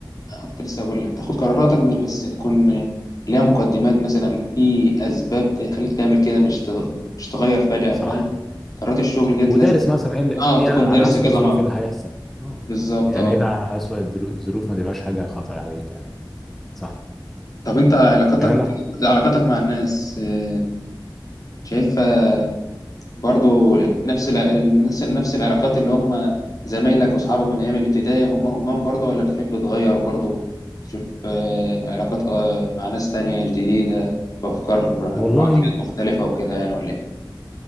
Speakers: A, on the left (about 50°); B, in the centre.
A: آه، كنت لسه هقول لك تاخد قراراتك من- بس تكون آه، ليها مقدمات مثلا في أسباب تخليك تعمل كده مش تغ- مش تغير فجأة
B: صح
A: فاهم قرارات الشغل ديت
B: ودارس
A: لازم
B: مثلا ايه اللي-
A: اه تكون
B: ايه على
A: دارس
B: اسوأ
A: كذا
B: الظروف
A: مرة
B: اللي هيحصل اه
A: بالظبط
B: يعني
A: اه
B: ايه اللي على اسوأ الدرو- الظروف ما تبقاش حاجه خطر عليك يعني صح
A: طب انت علاقاتك
B: يعني انا
A: علاقاتك مع الناس آه، شايفها برضو نفس الع- نفس نفس العلاقات اللي هم زمايلك واصحابك من ايام الابتدائي هم همهم برضو ولا بتحب تغير برضو تشوف آه، علاقات آه، مع ناس تانية جديدة بأفكار آه،
B: والله
A: وعقليات مختلفة وكده يعني ولا ايه؟